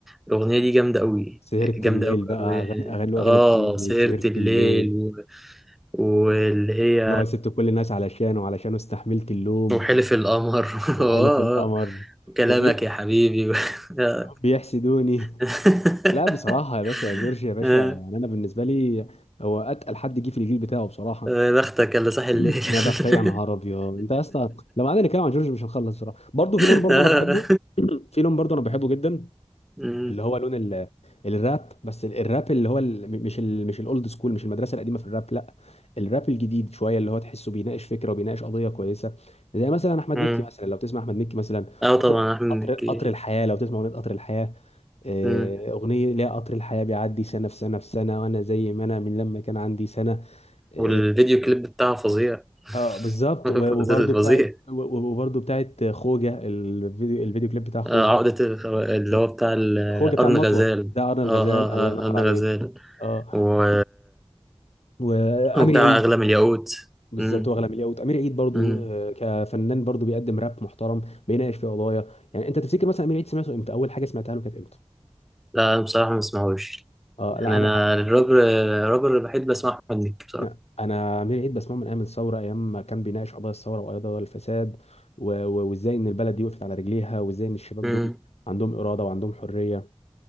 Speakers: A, in the centre; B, on the left.
A: الأغنية دي جامدة أوي
B: سهرة
A: جامدة
B: الليل
A: أوي
B: بقى
A: أوي.
B: أغاني أغاني له
A: آه
B: أغاني كتير زي
A: سهرة
B: سهرة
A: الليل
B: الليل
A: و- واللي هي
B: اللي هو سبت كل الناس علشانه وعلشانه استحملت اللوم
A: وحلف القمر <laughs>
B: وحلف
A: آه،
B: القمر
A: آه. وكلامك
B: وبيحسدوني
A: يا حبيبي <laughs>
B: بيحسدوني
A: <laughs>
B: <laughs> لا بصراحة يا باشا جورج يا باشا
A: آه،
B: يعني أنا بالنسبة لي هو أتقل حد جه في الجيل بتاعه بصراحة
A: يا بختك اللي صاحي
B: <clears throat>
A: الليل <laughs>
B: يا بختي يا نهار أبيض أنت يا اسطى لو قعدنا نتكلم عن جورج مش هنخلص بصراحة برضه في
A: اه
B: لون برضه أنا بحبه <clears throat> في لون برضه أنا بحبه جدا
A: مم.
B: اللي هو لون ال... الراب بس ال- الراب اللي هو ال... مش ال... مش الاولد سكول مش المدرسه القديمه في الراب لا الراب الجديد شويه اللي هو تحسه بيناقش فكره وبيناقش قضيه كويسه زي مثلا احمد
A: مم.
B: مكي مثلا لو تسمع احمد مكي مثلا
A: آه
B: قطر
A: طبعا احمد
B: قطر
A: مكي
B: قطر الحياه لو تسمع اغنيه قطر الحياه آه،
A: مم.
B: أغنية ليها قطر الحياة بيعدي سنة في سنة في سنة وأنا زي ما أنا من لما كان عندي سنة اه
A: والفيديو كليب بتاعه فظيع
B: آه، بالظبط
A: <laughs>
B: و- وبرضه
A: فظيع
B: بتاعت و- و- وبرضه بتاعت خوجة الفيديو الفيديو كليب بتاع خوجة
A: آه، عقدة الخو- اللي
B: آه،
A: هو بتاع ال-
B: خوجة بتاع
A: أرن
B: المطوة
A: غزال
B: بتاع أرن الغزال
A: اه اه
B: الله ينور
A: اه أرن
B: عليك
A: غزال
B: اه
A: و...
B: وامير
A: وبتاع
B: عيد
A: أغلى الياقوت
B: بالظبط
A: مم.
B: هو اغلى من الياقوت امير عيد برضو
A: مم.
B: آه، كفنان برضو بيقدم راب محترم بيناقش في قضايا يعني انت تفتكر مثلا امير عيد سمعته امتى اول حاجه سمعتها له كانت امتى
A: لا أنا بصراحة ما بسمعوش
B: اه
A: يعني
B: لا انا
A: أنا الرابر
B: انا
A: الرابر الوحيد بسمع أحمد مكي
B: لا، أنا امير عيد بسمعه من ايام الثوره ايام ما كان بيناقش قضايا الثوره وقضايا الفساد و- و- وازاي ان البلد دي وقفت على رجليها وازاي ان الشباب
A: بصراحة
B: دول عندهم اراده وعندهم حريه